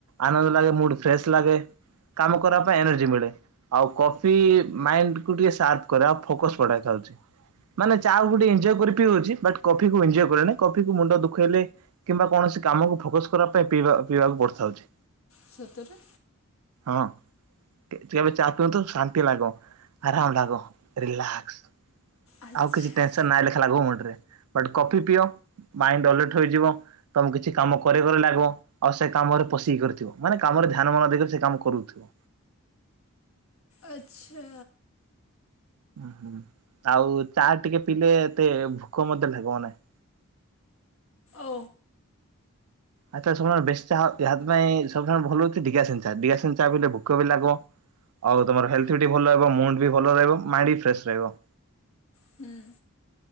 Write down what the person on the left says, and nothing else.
ସତରେ
ଆଚ୍ଛା
ଆଛା
ଓ
ହୁଁ